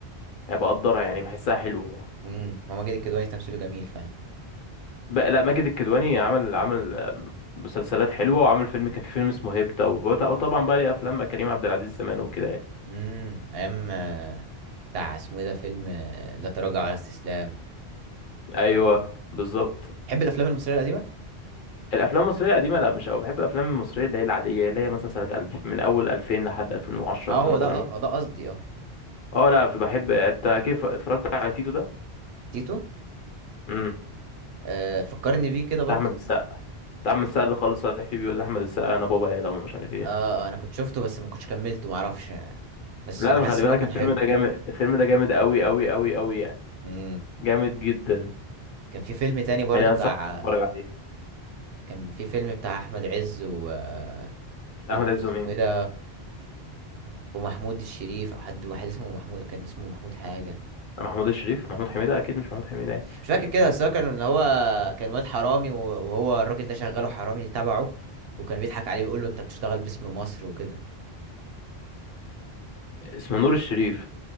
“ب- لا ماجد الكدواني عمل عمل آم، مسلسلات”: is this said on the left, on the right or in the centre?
Left